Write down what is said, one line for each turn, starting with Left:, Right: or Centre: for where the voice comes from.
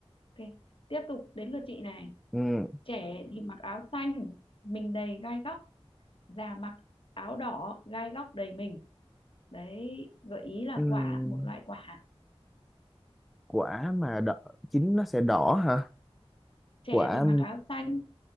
Left: ok tiếp tục đến lượt chị này
Centre: ừ
Left: trẻ thì mặc áo xanh mình đầy gai góc già mặc áo đỏ gai góc đầy mình đấy gợi ý là
Centre: Ừm,
Left: quả một loại quả
Centre: quả mà đỏ chín nó sẽ đỏ hả?
Left: trẻ
Centre: Quả
Left: thì mặc áo xanh